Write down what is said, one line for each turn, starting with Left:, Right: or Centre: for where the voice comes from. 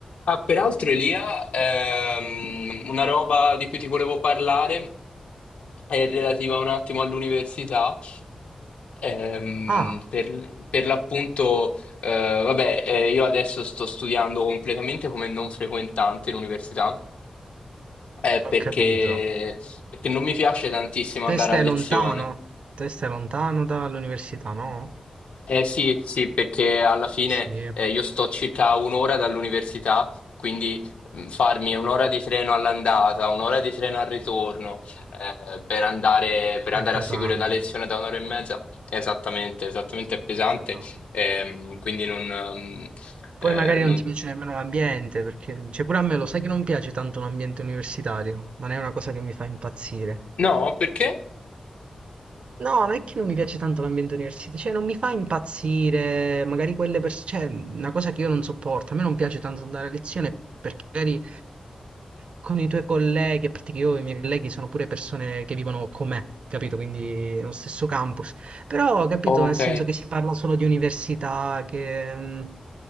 Left: Ah, peraltro Elia, ehm, una roba di cui ti volevo parlare è relativa un attimo all'università. Ehm,
Right: Ah,
Left: per, per l'appunto, eh, vabbè, eh, io adesso sto studiando completamente come non frequentante in università, eh,
Right: ho
Left: perché,
Right: capito.
Left: perché non mi piace tantissimo
Right: Te
Left: andare
Right: stai
Left: a lezione.
Right: lontano? Te stai lontano dall'università, no?
Left: Eh sì, sì, perché alla fine
Right: Sì, è,
Left: eh, io sto circa a un'ora dall'università, quindi mh, farmi un'ora di treno all'andata, un'ora di treno al ritorno, eh, per andare, per
Right: è
Left: andare
Right: pesante,
Left: a seguire una lezione da un'ora e mezza, esattamente, esattamente è pesante,
Right: pesante.
Left: ehm, quindi non, ehm,
Right: Poi
Left: eh,
Right: magari
Left: non-
Right: non ti piace nemmeno l'ambiente, perché cioè pure a me lo sai che non piace tanto l'ambiente universitario, non è una cosa che mi fa impazzire.
Left: No, perché?
Right: No, non è che non mi piace tanto l'ambiente universitario, cioè non mi fa impazzire, magari quelle persone, cioè una cosa che io non sopporto, a me non piace tanto andare a lezione perché magari con i tuoi colleghi, a parte che io e i miei colleghi sono pure persone che vivono con me, capito? Quindi nello stesso campus. Però, capito,
Left: Ok.
Right: nel senso che si parla solo di università, che mh,